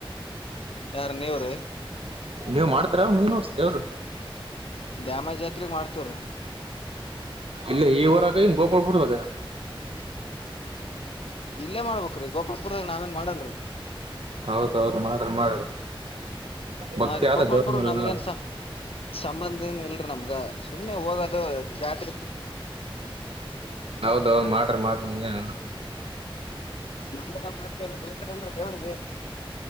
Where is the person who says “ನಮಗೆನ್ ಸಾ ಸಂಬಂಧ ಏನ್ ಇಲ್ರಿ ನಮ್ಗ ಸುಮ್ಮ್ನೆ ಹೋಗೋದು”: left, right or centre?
Left